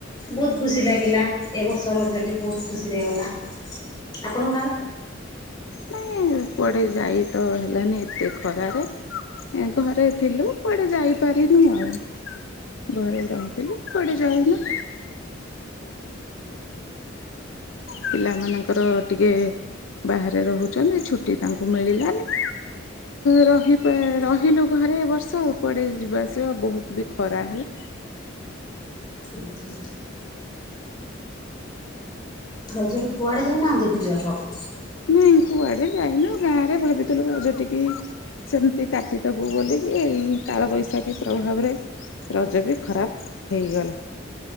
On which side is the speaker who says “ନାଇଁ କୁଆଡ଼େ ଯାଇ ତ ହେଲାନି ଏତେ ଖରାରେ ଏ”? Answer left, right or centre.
Left